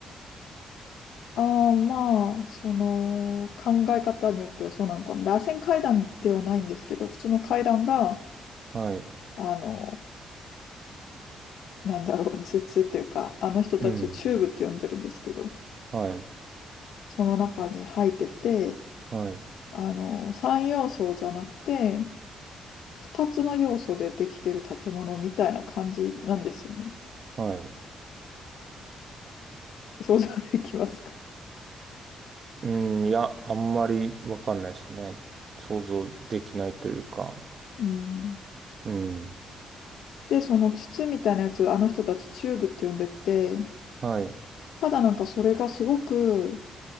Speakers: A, on the left; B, on the right.
A: ああ、まあ、その考え方によってはそうなのかな。螺旋階段ではないんですけど、普通の階段が、
B: はい、
A: あのなんだろう、<laughs> ツツっていうか、あの人たちをチューブって呼んでるんですけど、
B: うん、はい、
A: その中に入ってて、
B: はい、
A: あの、3要素じゃなくて、2つの要素でできてる建物みたいな感じなんですよね。
B: はい。
A: 想像できますか
B: うん、いや、あんまりわかんないですね。想像できないというか、
A: うん。
B: うん。
A: で、その筒みたいなやつ、あの人たちチューブって呼んでて、
B: はい、
A: ただなんかそれがすごく、